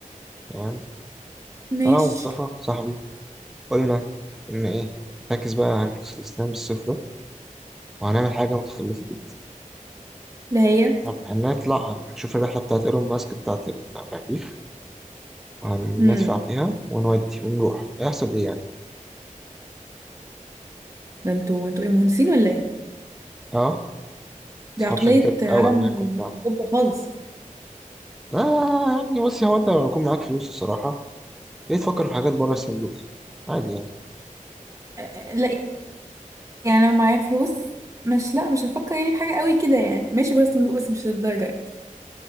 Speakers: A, in the centre; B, on the right (about 25°).
A: تمام
B: ماشي
A: فانا ومصطفى صاحبي قلنا ان ايه فاكس بقى هنفكس الاسلام الصيف ده وهنعمل حاجة متخلفة جدا
B: اللي هي
A: هن- هنطلع نشوف الرحلة بتاعت ايلون ماسك بتاعت المريخ وهندفع
B: امم
A: فيها ونودي ونروح هيحصل ايه يعني
B: ده انتوا انتوا ايه مهندسين ولا ايه
A: اه
B: دي
A: اصحاب
B: عقليه
A: شركات
B: عالم
A: بقى واملاك وبتاع
B: طب خالص
A: لا يعني بص هو انت لما يكون معاك فلوس الصراحة ليه تفكر في حاجات بره الصندوق يعني عادي يعني
B: أ- أ- لا يعني لو معايا فلوس مش لا مش هفكر يعني في حاجه قوي كده يعني ماشي بس صندوق بس مش للدرجه يعني.